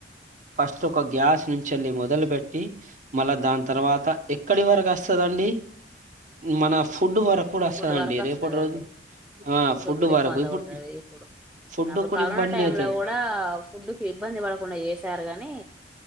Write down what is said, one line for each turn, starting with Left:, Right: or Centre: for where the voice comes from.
Right: ఫస్ట్ ఒక గ్యాస్ నుంచి వెళ్ళి మొదలుపెట్టి మళ్ళా దాని తర్వాత ఎక్కడి వరకు వస్తుదండి మన ఫుడ్ వరకు కూడా వస్తదండి
Centre: ఫుడ్ వరకు వస్తుందండి
Right: రేపటి రోజు ఆ
Centre: ఫుడ్ కూడా
Right: వరకు
Centre: ఇబ్బంద
Right: ఇప్పుడు
Centre: అవుతుది ఇప్పుడు
Right: ఫుడ్
Centre: అప్పుడు
Right: కూడా
Centre: కరోనా
Right: ఇబ్బంది
Centre: టైమ్
Right: అయితది
Centre: లో కూడా ఫుడ్కి ఇబ్బంది పడకుండా చేసారు కానీ